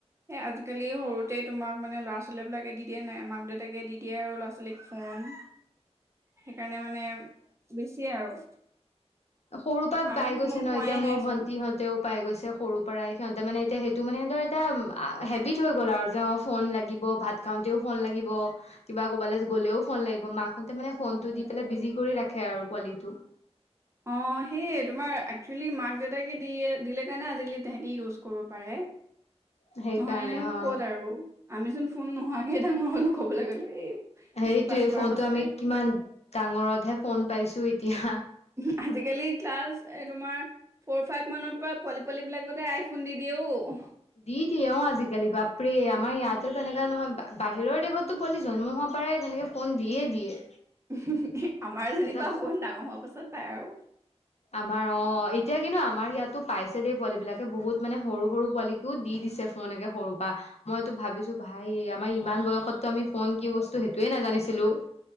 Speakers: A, on the right; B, on the left.
A: এই আজিকালি সৰুতেই তোমাক মানে ল'ৰা ছোৱালীবিলাকে দি দিয়ে নাই মাক দেউতাকে দি দিয়ে আৰু ল'ৰা ছোৱালীক ফোন।
B: <inaudible>
A: সেইকাৰণে মানে বেছি আৰু।
B: সৰু পৰা
A: আমি
B: পাই গৈছে
A: ফোন
B: ন
A: পোৱাই
B: এতিয়া মোৰ
A: নাইচোন
B: ভন্টি হত। তেও পাই গৈছে সৰুৰ পৰাই সিহঁতে মানে এতিয়া, সেইটো মানে সিহঁৰ এটা হেবিট হৈ গ'ল আৰু যে অঁ। ফোন লাগিব ভাত খাওঁতেও ফোন লাগিব। কিবা ক'বালৈ গ'লেও ফোন লাগিব, মাকহতে মানে ফোনটো দি পেলাই বিজি কৰি ৰাখে আৰু পোৱালিটো।
A: অঁ সেই তোমাৰ একচুৱেলি মাক দেউতাকে দিয়ে, দিলে কাৰণে আজিকালি তাহাতি ইউজ কৰিব পাৰে।
B: <unintelligible> সেইকাৰণে
A: নহলেনো
B: অ
A: ক'ত আৰু আমিচোন ফোন নোহোৱাকে ডাঙৰ হলোঁ, কবলৈ গ'লে এই-
B: সেইটোয়ে
A: মেট্ৰিক পাছ কৰাৰ
B: ফোনটো
A: পাছতহে
B: আমি কিমান ডাঙৰতহে ফোন পাইছোঁ এতিয়া।
A: ওহো আজিকালি, ক্লাছ এ তোমাৰ। ফ'ৰ ফাইভ মানৰ পৰা পোৱালি পোৱালীবিলাকতে আইফোন দি দিয়ে অও'।
B: দি দিয়ে অও আজিকালি বাপৰে আমাৰ ইয়াতো তেনেকুৱা নহয়, বাহিৰৰ দেশতো পোৱালি জন্ম হোৱা পৰাই তেনেকে- ফোন দিয়ে দিয়ে।
A: ওহোহ আমাৰ যেনিবা
B: এটা
A: অকমান ডাঙৰ হোৱা পাছত পায় আৰু।
B: আমাৰ অ, এতিয়া কিন্তু আমাৰ ইয়াতো পাইছে দেই, পোৱালী বিলাকে বহুত মানে সৰু সৰু পোৱালি দি দিছে ফোনএকে সৰুৰ পৰা। মইতো ভাবিছো ভাই, আমাৰ ইমান বয়সততো আমি ফোন কি বস্তু সেইটোৱেই নাজানিছিলো।